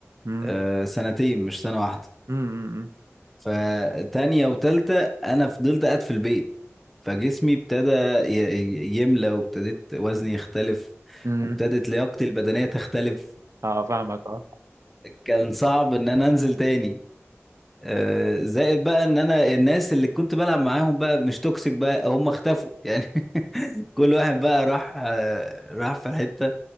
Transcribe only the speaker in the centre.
آه سنتين مش سنه واحده
فتانية وتالتة انا فضلت قاعد في البيت فجسمي ابتدى ي- ي- يملى وابتديت وزني يختلف
وابتدت لياقتي البدنيه تختلف
كان صعب ان انا انزل تاني آه، زائد بقى ان انا الناس اللي كنت بلعب معاهم بقى مش توكسيك بقى هم اختفوا <laughs> يعني كل واحد بقى راح آه، راح في حتة